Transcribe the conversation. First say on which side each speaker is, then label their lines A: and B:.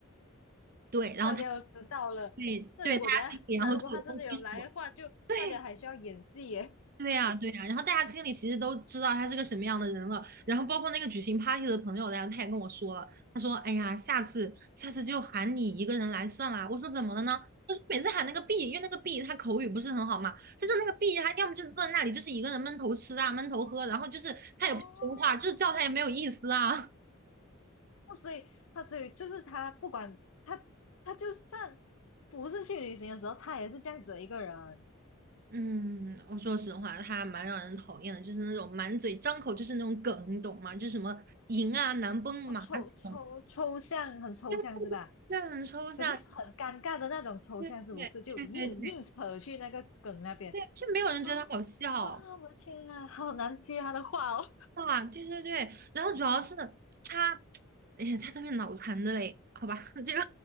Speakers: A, on the right; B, on the left.
A: 对，然后他
B: 大家都知道了。
A: 对对大家心里然后就有都清楚了。
B: 那如果等一下他如果他真的有来的话，就大家还需要演戏耶。
A: 对对呀，对呀，然后大家心里其实都知道他是个什么样的人了，然后包括那个举行 party 的朋友，然后他也跟我说了，他说：“哎呀，下次下次就喊你一个人来算啦。”我说：“怎么了呢？”他说：“每次喊那个 B，因为那个 B 他口语不是很好嘛，他说那个 B 他要么就是坐在那里就是一个人闷头吃啊，闷头喝，然后就是他也不说话，
B: 哦，
A: 就是叫他也没有意思啊。<laughs>”
B: 那所以他所以就是他不管他他就算不是去旅行的时候，他也是这样子的一个人，
A: 嗯，我说实话，他蛮让人讨厌的，就是那种满嘴张口就是那种梗，你懂吗？就是什么赢啊、难崩马这种。
B: 啊，抽抽抽象很抽象是吧？
A: 就这很抽象，
B: 可是又很尴尬的那种抽象，
A: 对对对对对
B: 是不是？就硬硬扯去那个梗那边。
A: 对，就没有人觉得他好笑。
B: 哦，哇，我的天啊，好难接他的话哦，
A: 啊，对对对，然后主要是他，哎呀，他特别脑残的嘞，好吧，<laughs> 这个